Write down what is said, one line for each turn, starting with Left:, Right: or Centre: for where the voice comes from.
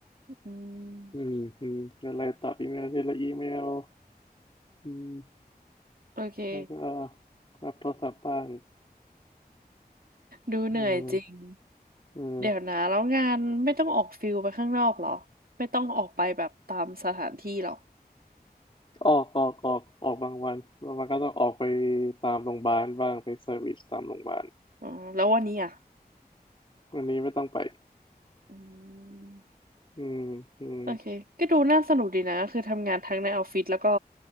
Right: อืม
Left: ๆอืมอืมก็เลยตอบอีเมลทีละอีเมลอืม
Right: โอเค
Left: แล้วก็รับโทรศัพท์บ้าง
Right: ดูเหนื่อยจริง
Left: อืมอืม
Right: เดี๋ยวนะแล้วงานไม่ต้องออกฟิลไปข้างนอกเหรอไม่ต้องออกไปแบบตามสถานที่เหรอ
Left: ออกออกออกออกบางวันบางวันก็ต้องออกไปตามโรงพยาบาลบ้างไปเซอร์วิสตามโรงพยาบาล
Right: อ๋อแล้ววันนี้อ่ะ
Left: วันนี้ไม่ต้องไป
Right: อืม
Left: อืมอืม
Right: โอเคก็ดูน่าสนุกดีนะคือทำงานทั้งในออฟฟิศแล้วก็